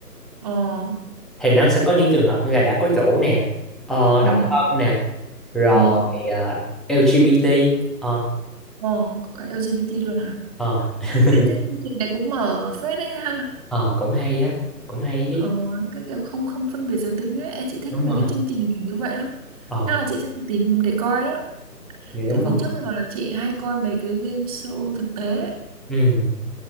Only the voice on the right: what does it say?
ờ,
ừ,
ừ,
ờ, có cả LGBT luôn à?
Thế chứ chương trình này cũng mở phết đấy ha.
Ờ, cái kiểu không không phân biệt giới tính ấy em chị thích
mấy
cái chương trình kiểu như vậy lắm
chắc là chị sẽ tìm để coi đó
tại
vì
trước giờ là chị hay coi mấy cái game show thực tế ấy.